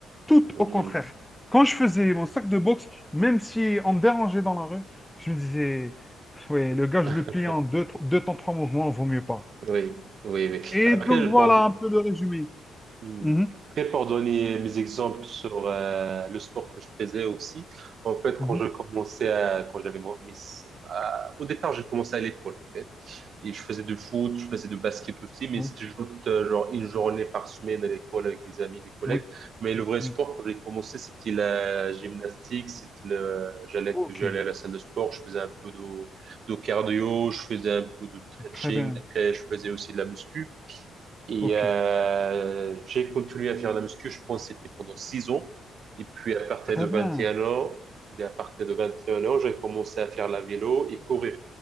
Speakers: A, in the centre; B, on the right (about 55°).
A: Tout
B: Hmm.
A: au contraire. Quand je faisais mon sac de boxe, même si on me dérangeait dans la rue, je me disais, ouais, le gars,
B: <laughs>
A: je le plie en deux, tro- deux temps, trois mouvements, vaut mieux pas.
B: Oui, oui, oui.
A: Et
B: Après,
A: donc voilà
B: pour,
A: un peu le résumé.
B: hmm.
A: Mhm.
B: Après, pour donner mes exemples sur euh, le sport que je faisais aussi, en fait, quand
A: Mhm.
B: je commençais à, quand j'avais mon- mis, à- au départ, j'ai commencé à l'école, en fait. Et je faisais de foot, je faisais de basket aussi, mais
A: Oui,
B: c'était juste euh, genre une journée par semaine à l'école avec des amis, des collègues.
A: oui,
B: Mais le vrai sport,
A: oui.
B: quand j'ai commencé, c'était la gymnastique, c'était le... j'allais,
A: Ok,
B: j'allais à la salle de sport, je faisais un peu de, de cardio, je faisais un peu de stretching,
A: très bien.
B: après je faisais aussi de la muscu. Et
A: Ok,
B: euh, j'ai continué à faire la muscu, je pense que c'était pendant six ans. Et puis à partir
A: très
B: de vingt
A: bien.
B: et un ans, dès à partir de 21 ans, j'ai commencé à faire la vélo et courir.